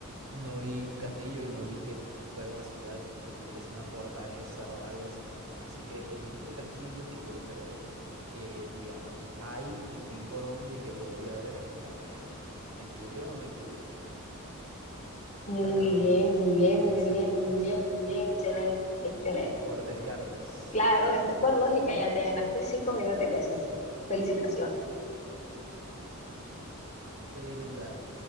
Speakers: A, on the right; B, on the left.
A: no vi un castillo y no vi que fuera una ciudad que tuviese una fortaleza o algo así. Así que el único castillo que yo creo que, digamos, hay aquí en Colombia y que podría haber es en Cartagena. ¿Me equivoqué o no me equivoqué?
B: Muy
A: Prrr.
B: bien, muy bien,
A: Excelente,
B: muy bien, muy
A: excelente,
B: bien, muy bien,
A: excelente.
B: excelente, excelente.
A: Por Descartes.
B: Claro, esto es por lógica, ya te ganaste 5 millones de pesos. Felicitaciones.
A: <laughs> ¿Verdad?